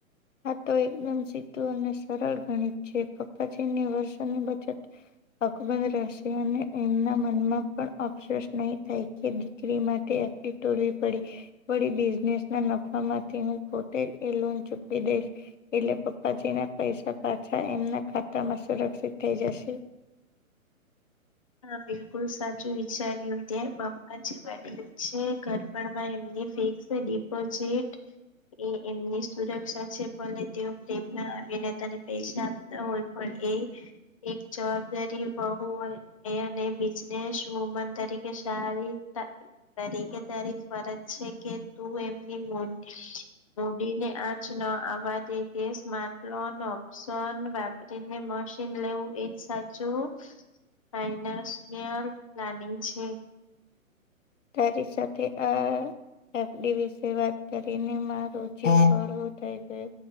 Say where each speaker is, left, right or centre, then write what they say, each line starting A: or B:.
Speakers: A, on the left (about 60°); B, on the left (about 25°).
A: આ તો એકદમ સીધું અને સરળ ગણિત છે પપ્પાજીની વર્ષોની બચત. અકબંધ રહેશે અને એમના મનમાં પણ અફસોસ નહીં થાય કે દીકરી માટે. તોડવી પડી વળી બિઝનેસ ના નફા માંથી હું પોતે એ લોન. વિદેશ. એટલે પપ્પાજી ના પૈસા પાછા એમના ખાતામાં સુરક્ષિત થઈ જશે.
B: હા બિલકુલ સાચું વિચાર્યું ત્યાં બાપ્પા જે વાડલું છેર. મા માં એમની ફિક્સ ડિપોઝિટ. એ એમની સુરક્ષા છે ભલે તેઓ પ્રેમ ના આવીને તને પૈસા. તા હોય પણ એ એક જવાબદારી બહુ હોય. એ અને બિઝનેસ વુમન તરીકે સારી તા તરીકે તારી ફરજ છે કે તું એમની મો <unintelligible> મોદી ને આજ ન આવવા દે <unintelligible> ઓપ્શન વા <unintelligible> મશીન લેવું એજ સાચું ફાઈનાન્સયલ પ્લાનિંગ છે.
A: તારી સાથે આ એફ ડી વિશે વાત કરીને મારો જીવ હળવો થઈ ગયો.